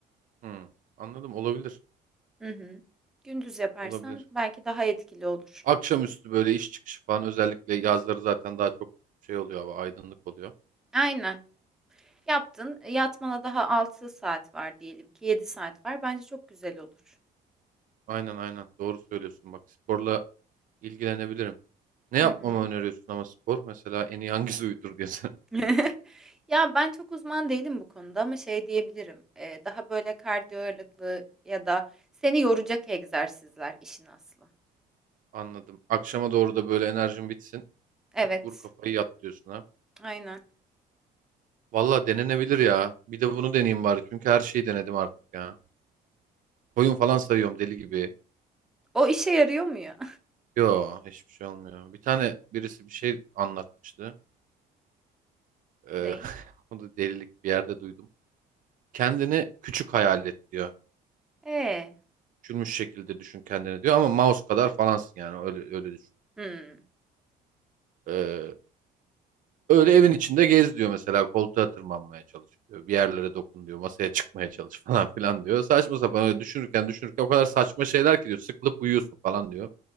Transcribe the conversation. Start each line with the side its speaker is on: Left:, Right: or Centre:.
Right: Hı. Anladım olabilir.
Centre: Hı hı. Gündüz yaparsam
Right: Olabilir.
Centre: belki daha etkili olur.
Right: Akşamüstü böyle iş çıkışı falan özellikle yazları zaten daha çok şey oluyor hava aydınlık oluyor.
Centre: Aynen. Yaptın. Yatmana daha 6 saat var diyelim ki 7 saat var. Bence çok güzel olur.
Right: Aynen aynen doğru söylüyorsun bak sporla ilgilenebilirim. Ne
Centre: Hı
Right: yapmamı
Centre: hı.
Right: öneriyorsun ama spor mesela en iyi hangisi uyutur diye sana.
Centre: <laughs> Ya ben çok uzman değilim bu konuda ama şey diyebilirim. Ee, daha böyle kardiyo ağırlıklı ya da seni yoracak egzersizler işin aslı.
Right: <laughs> Anladım. Akşama doğru da böyle enerjin bitsin.
Centre: Evet.
Right: Küt vur kafayı yat diyorsun ha.
Centre: Aynen.
Right: Valla denenebilir ya. Bir de bunu deneyeyim bari. Çünkü her şeyi denedim artık ya. Koyun falan sayıyorum deli gibi.
Centre: O işe yarıyor mu ya?
Right: Yo hiçbir şey olmuyor. Bir tane birisi bir şey anlatmıştı. Ee,
Centre: <laughs> Ney?
Right: <laughs> onu da delilik bir yerde duydum. kendini küçük hayal et diyor.
Centre: Ee.
Right: Küçülmüş şekilde düşün kendini diyor ama mouse kadar falansın yani öyle öyle düşün.
Centre: hmm.
Right: Ee, öyle evin içinde gez diyor mesela koltuğa tırmanmaya çalış diyor. Bir yerlere dokun diyor. Masaya çıkmaya çalış <laughs> falan filan diyor. Saçma sapan öyle düşünürken düşünürken o kadar saçma şeyler ki diyor. Sıkılıp uyuyorsun falan diyor.